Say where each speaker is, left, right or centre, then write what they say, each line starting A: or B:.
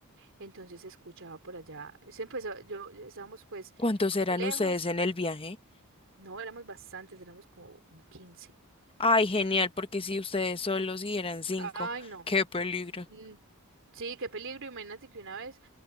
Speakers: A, on the right; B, on the left.
A: Entonces se escuchaba por allá. Se empezó, yo estábamos pues
B: ¿cuántos
A: como
B: serán
A: lejos.
B: ustedes en el viaje?
A: No, éramos bastantes, éramos como, como quince
B: Ay, genial, porque si ustedes solos y eran cinco,
A: Ay, no.
B: qué peligro.
A: Mm, Sí, qué peligro. Imagínate que una vez.